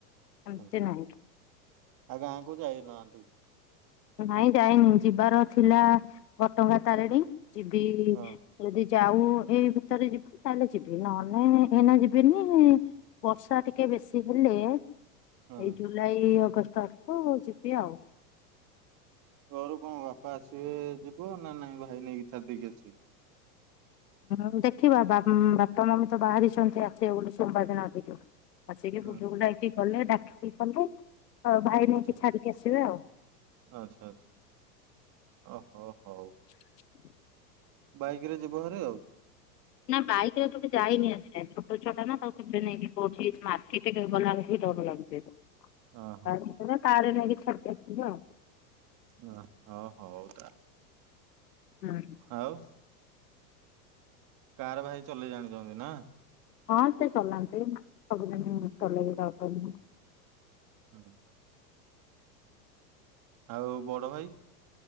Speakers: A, on the left; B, on the right.
A: ଏମିତି
B: ହ
A: ନାହିଁ।
B: ଆ ଗାଁ କୁ ଯାଇନାହାନ୍ତି
A: ନାଇଁ ଯାଇନି ଯିବାର ଥିଲା ଘଟଗା ତାରିଣୀ ଯିବି
B: ହଁ
A: ଯଦି ଯାଉ ହେଇ ଭିତରେ ଯିବି ତାହେଲେ ଯିବି ନହେଲେ ଏଇନା ଯିବିନି ବର୍ଷା ଟିକେ ବେଶୀ ହେଲେ ଥିଲା
B: ହୁଁ
A: ଏଇ ଜୁଲାଇ ଅଗଷ୍ଟ ଆଠକୁ ଯିବି ଆଉ।
B: ଘରୁ କଣ ବାପା ଆସିବେ ଯିବୁ ନା ନାଇଁ ଭାଇ ନେଇକି ଛାଡି ଦେଇକି ଆସିବେ।
A: ହୁଁ ଦେଖିବା ବାପ ବାପା ମାମି ତ ବାହାରିଛନ୍ତି ଆସିବେ ବୋଲି ସୋମବାର ଦିନ ଟିକେ। ଆସିକି
B: ହୁଁ
A: ବୋଲୁ ବୋଲା କି ଗଲେ ଡାକି କି ଗଲେ ଆଉ ଭାଇ ନେଇକି
B: ଆଚ୍ଛା
A: ଛାଡିକି ଆସିବେ ଆଉ।
B: ଆଚ୍ଛା ଆଚ୍ଛା ଓହୋ ହୋ ହଉ ।
A: <inaudible>
B: ବାଇକ ରେ ଯିବ ଭାରେ ଆଉ।
A: ନା ବାଇକ ରେ ତକେ ଯାଇନି ଆଜି ଯାଏ ଛୋଟ ଛୁଆ ଟା ନା ତାକୁ କେବେ ନେଇକି କଉଠି ମାର୍କେଟ ଗ ଗଲାବେଲ
B: ଓହୋ
A: କାର ରେ ନେଇକି ଛାଡି ଦେବ ବେ ଆଉ।
B: ହ ହଁ ହଉ ତା
A: ହୁଁ।
B: ଆଉ କାର ଭାଇ ଚଲେଇ ଜାଣିଛନ୍ତି ନା?
A: ହଁ ସେ ଚଲାନ୍ତି ସବୁଦିନେ ଚଲେଇକି ଯାଉଚନ୍ତି।
B: ହୁଁ। ଆଉ ବଡ ଭାଇ